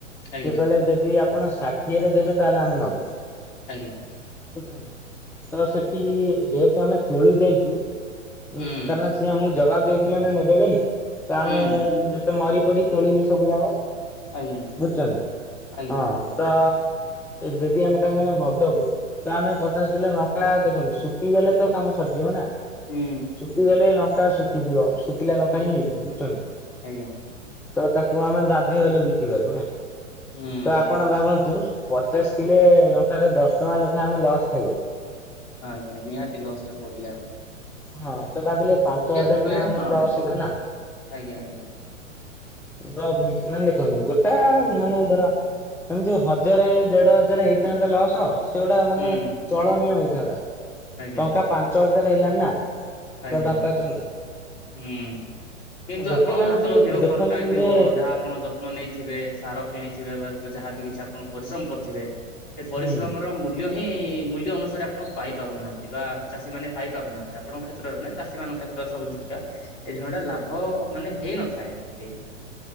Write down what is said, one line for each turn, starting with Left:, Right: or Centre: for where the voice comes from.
Left: ଆଜ୍ଞା
Centre: ସିଏ କହିଲେ ଯଦି ଆପଣ ଷାଠିଏରେ ଦେବେ ତାହେଲେ ଆମେ ନବୁ।
Left: ଆଜ୍ଞା ଆଜ୍ଞା
Centre: ବୁ ତ ସେଠି ଯେହେତୁ ଆମେ ତୁଳି ଦେଇଛୁ
Left: ହୁଁ
Centre: ଉ କାହିଁକି ନା ସେ ଆମକୁ ଜବାବ ଦେଇଥିଲେ ନା ନେବେ ବୋଲି, ତ ଆମେ
Left: ହୁଁ
Centre: ଯେତେ ମରି ପଡି ତୋଳିଲୁ ସବୁ ଯାକ
Left: ଆଜ୍ଞା
Centre: ବୁଝୁଛନ୍ତି
Left: ଆଜ୍ଞା
Centre: ହଁ ତ ଯଦି ଆମେ ତାଙ୍କୁ ଏୟିନା ନଦବୁ ତ ଆମେ ପଚାଶ କିଲୋ ଲଙ୍କା, ଦେଖନ୍ତୁ ଶୁଖିଗଲେ ତ କାମ ସରିଯିବ ନା।
Left: ହୁଁ
Centre: ଶୁଖିଗଲେ ଲଙ୍କା ଶୁଖିଯିବ, ଶୁଖିଲା ଲଙ୍କା ହିଁ ହେଇଯିବ ବୁଝୁଛନ୍ତି ନା?
Left: ଆଜ୍ଞା
Centre: ତ ତାକୁ ଆମେ ବାଧ୍ୟ ହେଲୁ ବିକିବାକୁ ନା,
Left: ହୁଁ
Centre: ତ ଆପଣ ଭାବନ୍ତୁ ପଚାଶ କିଲୋ ଲଙ୍କାରେ ଦଶ ଟଙ୍କା ଲେଖାଏ ଆମେ ଲସ୍ ଖାଇଲୁ।
Left: ଆଜ୍ଞା ନିହାତି ଲୋସରେ ପଡ଼ିଲେ ଆ
Centre: ହଁ ତ ଭାବିଲେ ପାଞ୍ଚ ହଜାର
Left: ହୁଏ
Centre: ଟଙ୍କା ଆମର
Left: ହଁ
Centre: ଲସ୍ ହେଲା ନା
Left: ଆଜ୍ଞା ଆଜ୍ଞା
Centre: ର ମାନେ ଦେଖନ୍ତୁ ଗୋଟେ ମାନେ ଧର ଏମିତି ହଜାରେ ଦେଢ ହଜାର ହେଇଥାନ୍ତା ଲସ ସେଗୁଡା ମାନେ
Left: ହୁଁ
Centre: ଚଳନୀୟ ହେଇଥାନ୍ତା,
Left: ଆଜ୍ଞା
Centre: ଟଙ୍କା ପାଞ୍ଚ ହଜାର ହେଲାଣି ନା।
Left: ଆଜ୍ଞା
Centre: ତ ବାପା
Left: ଆଜ୍ଞା
Centre: ଚନ୍ଦା
Left: ହୁଁ କିନ୍ତୁ
Centre: ଲୋକମାନେ
Left: ଆପଣଙ୍କ ହାତରୁ
Centre: କିଏ
Left: ଅଧିକ
Centre: ଦେଖନ୍ତିନି
Left: ଖର୍ଚ୍ଚ ହେଇଥିବ
Centre: ଯେ
Left: ଯାହା ଆପଣ ଯତ୍ନ ନେଇଥିବେ, ସାର କିଣିଥିବେ ବା ଯାହାବି କିଛି ଆପଣ ପରିଶ୍ରମ କରିଥିବେ ସେ ପରିଶ୍ରମ
Centre: ହୁଁ
Left: ର ମୂଲ୍ୟ ହିଁ ମୂଲ୍ୟ ଅନୁସାରେ ଆପଣ ପାଇ ପାରୁନାହାନ୍ତି, ବା ଚାଷୀ ମାନେ ପାଇପାରୁନାହାନ୍ତି, ଆପଙ୍କ କ୍ଷେତ୍ରରେ ନାଇଁ ଚାଷୀ ମାନଙ୍କ କ୍ଷେତ୍ରରେ ସବୁ ଦେଖିବା ଏଇ ଟା ଲାଭ ମାନେ ହେଇନଥାଏ ଏତେ